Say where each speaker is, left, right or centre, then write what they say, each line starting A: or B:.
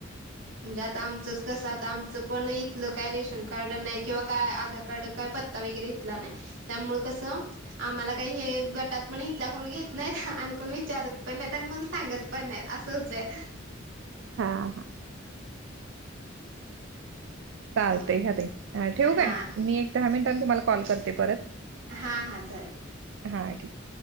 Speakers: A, on the right (about 85°); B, on the right (about 65°).
A: जात आमचक सात आमच पण इथलं काय रेशन कार्ड नाही किंवा काय आधार कार्ड काय पत्ता वगैरे इथला नाही त्यामुळे कसं आम्हाला काही हे गटात पण इथला कोण घेत नाहीत आणि कोण विचारत पण नाहीत आणि कोण सांगत पण नाहीत असं होतय
B: हा हा चालतय
A: मग
B: घ ठेवू
A: हा
B: काय मी एक दहा मिनिटांनी तुम्हाला कॉल करते परत
A: हां हां चाल
B: हा ठीक